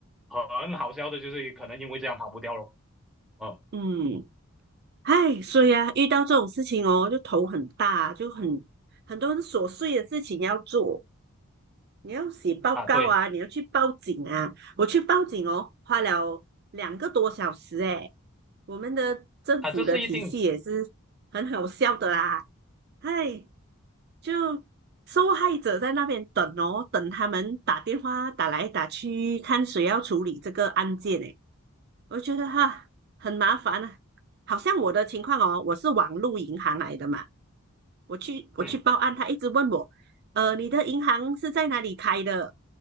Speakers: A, in the centre; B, on the right (about 45°).
A: 很好笑的就是可能因为这样跑不掉了。嗯
B: 嗯，唉，所以啊，遇到这种事情哦，就头很大，就很很多很琐碎的事情要做。你要写报告啊，
A: 啊，对
B: 你要去报警啊。我去报警哦，花了两个多小时诶。我们的政府的体系也是很好笑的啦，
A: 啊，这是一定，
B: 唉，就受害者在那边等哦，等他们打电话打来打去，看谁要处理这个案件诶。我觉得哈很麻烦啊，好像我的情况哦，我是网路银行来的嘛，我去我去报案，
A: 嗯，
B: 他一直问我，呃，你的银行是在哪里开的，